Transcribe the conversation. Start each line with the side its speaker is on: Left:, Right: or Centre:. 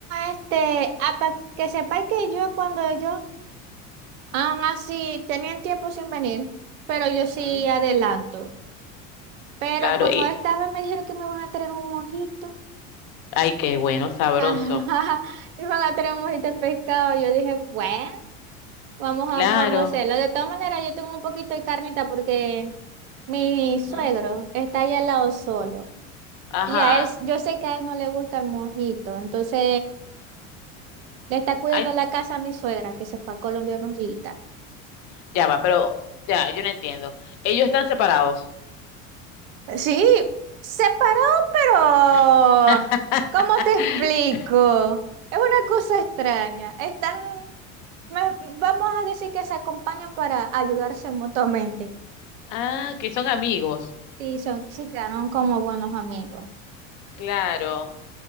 Right: este, para que sepáis que yo cuando ellos han así, tenían tiempo sin venir, pero yo
Left: Ujú.
Right: sí adelanto. Pero
Left: Claro,
Right: como
Left: y,
Right: esta vez me dijeron que me iban a traer un mojito,
Left: ay, qué bueno, sabroso.
Right: <laughs> ajá, iban a traer un mojito de pescado, yo dije, bueno, Vamos
Left: Claro.
Right: a, vamos a hacerlo. De todas maneras, yo tengo un poquito de carnita porque mi suegro
Left: Ujú.
Right: está ahí al lado solo.
Left: Ajá.
Right: Y a él, yo sé que a él no le gusta el mojito. Entonces, le está cuidando
Left: Ay,
Right: la casa a mi suegra, que se fue a Colombia unos días.
Left: ya va, pero ya, yo no entiendo. Ellos están separados.
Right: Sí, se paró, pero
Left: <laughs>
Right: ¿cómo te explico? Es una cosa extraña. Están, ma- vamos a decir que se acompañan para ayudarse mutuamente.
Left: Ah, que son amigos,
Right: y son, se quedaron como buenos amigos.
Left: claro.